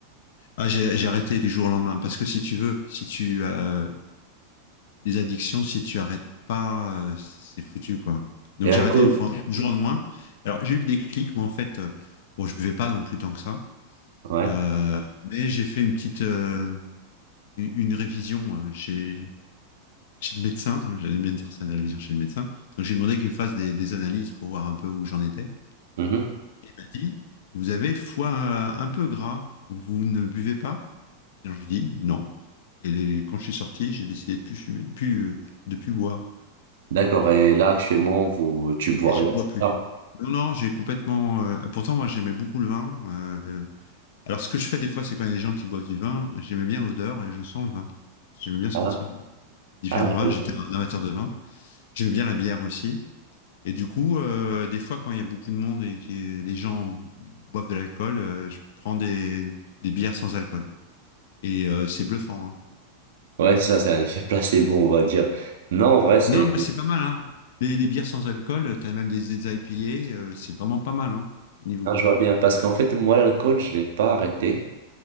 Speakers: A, on the left; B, on the right.
A: Ah, j'ai, j'ai arrêté du jour au lendemain parce que si tu veux, si tu euh, les addictions, si tu arrêtes pas, euh, c'est foutu quoi. Donc
B: Et l'alcool?
A: j'ai arrêté du fo- du jour au lendemain. Alors j'ai eu le déclic, moi en fait, euh, bon je buvais pas non plus tant que ça,
B: Ouais.
A: euh, mais j'ai fait une petite euh, une une révision euh, chez chez le médecin. hein, J'allais bien dire ça, une révision chez le médecin. Donc j'ai demandé qu'il me fasse des, des analyses pour voir un peu où j'en étais.
B: Mhm.
A: Il m'a dit, vous avez le foie euh, un peu gras, vous ne buvez pas? Et donc, je lui dis non. Et quand je suis sorti, j'ai décidé de plus fumer, plus, euh, de plus boire.
B: D'accord. Et là, actuellement, vous, tu bois
A: Et je
B: rien,
A: bois
B: c'est
A: plus.
B: ça?
A: Non, non, j'ai complètement. euh, pourtant, moi, j'aimais beaucoup le vin. euh, alors, ce que je fais des fois, c'est quand il y a des gens qui boivent du vin, j'aimais bien l'odeur et je sens le vin. J'aimais bien sentir
B: Ah,
A: le- différents
B: ah, je
A: vins.
B: vois
A: J'étais
B: bien.
A: un amateur de vin. J'aimais bien la bière aussi. Et du coup, euh, des fois, quand il y a beaucoup de monde et que les gens boivent de l'alcool, euh, je prends des, des bières sans alcool. Et euh, c'est bluffant, hein.
B: Ouais, ça, c'est un <laughs> effet placebo, on va dire. Non, en vrai, c'est,
A: Non, mais c'est pas mal, hein. Les, les bières sans alcool, t'as même des, des IPA, euh, c'est vraiment pas mal, hein, au niveau
B: ah,
A: goût.
B: je vois bien parce qu'en fait, moi, l'alcool, je l'ai pas arrêté.